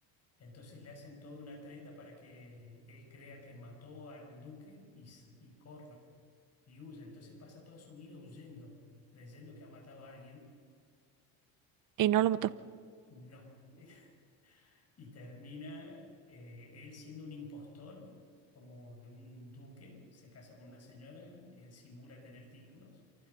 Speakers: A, on the left (about 35°); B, on the right (about 50°).
A: Entonces le hacen toda una treta para que él crea que mató al duque y, s- y corra y huya. Entonces pasa toda su vida huyendo, creyendo que ha matado a alguien
B: Y no
A: y
B: lo mató.
A: no. <laughs> Y termina eh, él siendo un impostor, como de un duque, se casa con una señora, él simula tener títulos,